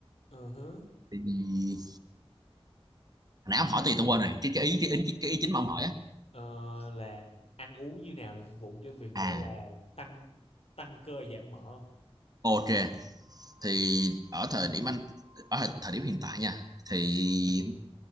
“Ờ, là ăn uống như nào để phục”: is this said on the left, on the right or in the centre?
Left